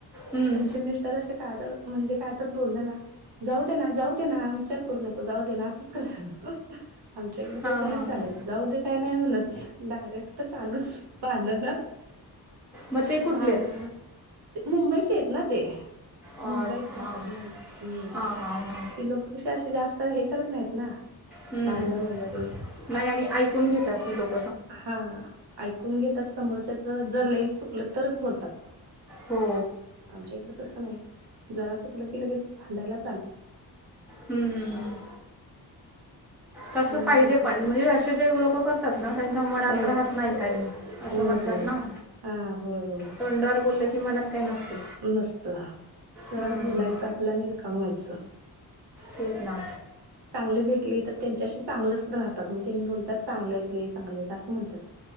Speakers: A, in the centre; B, on the right.
A: हं.
B: त्यांचे मीस्ट तर असे का तर. म्हणजे काय तर बोललं ना जाऊ दे ना. जाऊ दे ना. विचार करू नको. जाऊ दे ना. असंच करतात हह. आमच्या इकडे
A: हां
B: तसं
A: हां
B: नाही
A: हां
B: चालत. जाऊ दे काय नाही म्हणत. डायरेक्ट चालूच भांडण.
A: मग ते कुठले
B: भांडण.
A: आहेत?
B: मुंबईचे येत ना ते.
A: अच्छा.
B: मुंबईत राहतात ना. हम्म.
A: हां हां हां.
B: ते लोक कशी अशी जास्त हे करत नाहीत ना.
A: हं.
B: भांडण वगैरे.
A: नाही आणि ऐकून घेतात ती लोक.
B: हा ऐकून घेतात समोरच्याच. जर लईच चुकलं, तरच बोलतात.
A: हो.
B: आमच्या इकड तसं नाही. जरा चुकलं की लगेच. भांडायला चालू.
A: हम्म हम्म हम्म,. तसं
B: म्हणून
A: पाहिजे
B: म्हण
A: पण. म्हणजे असे जे लोक कर तात ना. त्यांच्या मनात
B: हो
A: राहात नाही काही. असं
B: हो
A: म्हणतात
B: हो
A: ना.
B: हा होय होय
A: तोंडावर बोललं की, मनात काय नसते.
B: नसत. सरळ
A: हं.
B: बोलायचं आपल आणि रिकामं व्हायचं.
A: तेच ना.
B: चांगले भेटले त त्यांच्याशी चांगलेचं राहतात, मग त्यांनी बोलतात. चांगलेत लई चांगलेत असं म्हणतात. <inaudible>